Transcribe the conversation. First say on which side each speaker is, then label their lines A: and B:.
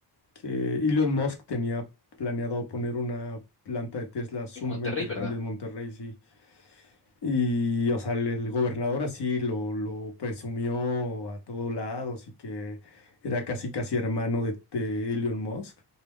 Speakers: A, on the left; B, on the left.
A: que Elon Musk tenía planeado poner una planta de Tesla
B: <laughs>
A: sumamente
B: en Monterrey,
A: grande
B: ¿verdad?
A: en Monterrey, sí. Y, o sea, el, el gobernador así lo, lo presumió a todos lados y que era casi, casi hermano de, de Elon Musk.